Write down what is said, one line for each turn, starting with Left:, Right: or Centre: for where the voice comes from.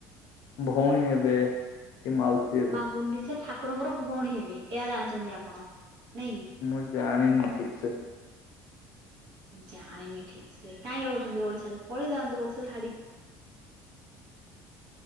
Left: ଭଉଣୀ ହେବେ କି ମାଉସୀ ହେବେ?
Right: ମା ଗୁଣ୍ଡିଚା ଠାକୁରଙ୍କର ଭଉଣୀ ହେବେ ଏହା ଜାଣିଛନ୍ତି ଆପଣ ନାଇଁ କି?
Left: ମୁଁ ଜାଣିନି ଠିକ୍ ସେ।
Right: ଜାଣିନି ଠିକ୍ ସେ କାଇଁ ରହୁଛନ୍ତି ଓଡିଶାରେ। ପଳେଇ ଯାଆନ୍ତୁ ଓଡିଶା ଛାଡିକି। <inaudible>